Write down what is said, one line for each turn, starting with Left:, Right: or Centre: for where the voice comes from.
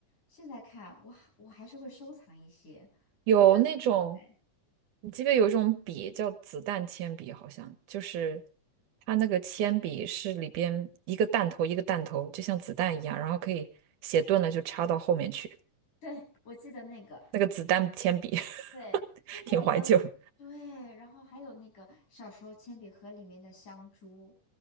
Left: 现在看，我还我还是会收藏一些，
Right: 有那种，
Left: 我不知道你会不会。
Right: 你记不记得有一种笔叫子弹铅笔，好像就是它那个铅笔是里边一个弹头一个弹头，就像子弹一样，然后可以写钝了就插到后面去。
Left: 对，<laughs> 我记得那个，
Right: 那个子弹铅笔 <laughs>
Left: 对，现在的对，
Right: 挺怀旧的
Left: 然后还有那个小时候铅笔盒里面的香珠，